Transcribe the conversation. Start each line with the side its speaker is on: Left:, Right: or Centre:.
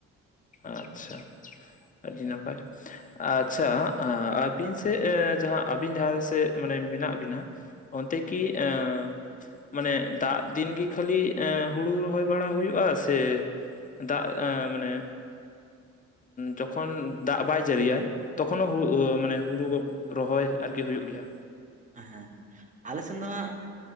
Left: ᱟᱪᱪᱷᱟ ᱟᱹᱰᱤ ᱱᱟᱯᱟᱭ᱾ ᱟᱪᱪᱷᱟ ᱟᱹᱵᱤᱱ ᱥᱮᱜ ᱡᱟᱦᱟᱸ ᱟᱹᱵᱤᱱ ᱡᱟᱦᱟᱸ ᱥᱮᱫ ᱢᱟᱱᱮ ᱢᱮᱱᱟᱜ ᱵᱤᱱᱟ ᱚᱱᱛᱮ ᱠᱤ ᱮᱸᱻ ᱢᱟᱱᱮ ᱫᱟᱜ ᱫᱤᱱ ᱜᱮ ᱠᱷᱟᱹᱞᱤ ᱮ ᱦᱩᱲᱩ ᱨᱚᱦᱚᱭ ᱵᱟᱲᱟ ᱦᱩᱭᱩᱜ-ᱟ ᱥᱮ ᱫᱟᱜ ᱢᱟᱱᱮ ᱡᱚᱠᱷᱚᱱ ᱫᱟᱜ ᱵᱟᱭ ᱡᱟᱹᱨᱤᱭᱟᱭ ᱛᱚᱠᱷᱚᱱᱳ ᱦᱩ ᱢᱟᱱᱮ ᱦᱩᱲᱩ ᱨᱚᱦᱚᱭ ᱟᱨᱠᱤ ᱦᱩᱭᱩᱜ ᱜᱮᱭᱟ?
Right: ᱦᱮᱸ ᱟᱞᱮ ᱥᱮᱱ ᱫᱚ ᱦᱟᱸᱜ